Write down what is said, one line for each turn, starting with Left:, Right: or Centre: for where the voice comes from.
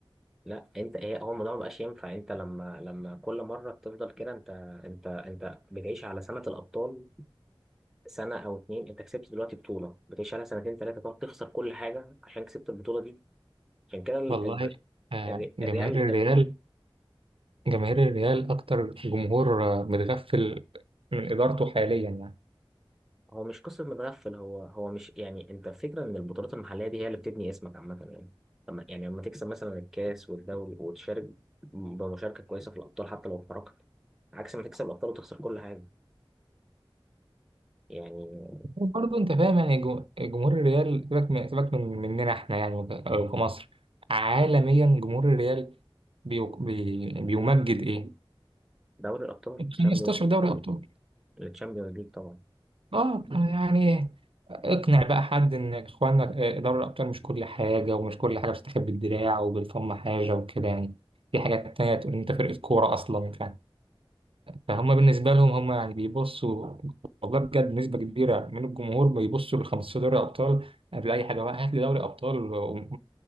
Centre: لا انت ايه هو الموضوع ما بقاش ينفع انت لما لما كل مره بتفضل كده انت انت انت بتعيش على سنه الابطال سنه او اتنين انت كسبت دلوقتي بطوله بتعيش على سنتين ثلاثه تقعد تخسر كل حاجه عشان كسبت البطوله دي عشان كده الريال
Right: والله آه،
Centre: الريال,
Right: جماهير الريال جماهير الريال اكتر جمهور آه، متغفل من ادارته حاليا يعني
Centre: هو مش قصة متغفل هو هو مش يعني انت فكرة ان البطولات المحلية دي هي اللي بتبني اسمك عامة يعني لما يعني لما تكسب مثلا الكاس والدوري وتشارك بمشاركة كويسة في الأبطال حتى لو خرجت عكس ما تكسب الأبطال وتخسر كل حاجة يعني
Right: وبرضه انت فاهم يعني جو- جمهور الريال سيبك من سيبك من مننا احنا يعني ك- أو في مصر عالميا جمهور الريال بيو بي بيمجد ايه
Centre: دوري الأبطال تشامبيونز
Right: 15 دوري ابطال
Centre: التشامبيونز ليج طبعا
Right: اه يعني اقنع بقى حد ان اخوانا آه، دوري الابطال مش كل حاجه ومش كل حاجه بتستخبى بالدراع وبالفم حاجه وكده يعني في حاجات تانية تقول إن انت فرقه كوره اصلا ف- فهم بالنسبه لهم هم يعني بيبصوا والله بجد نسبه كبيره من الجمهور بيبصوا ل 15 دوري ابطال قبل اي حاجه بقى هات لي دوري ابطال و-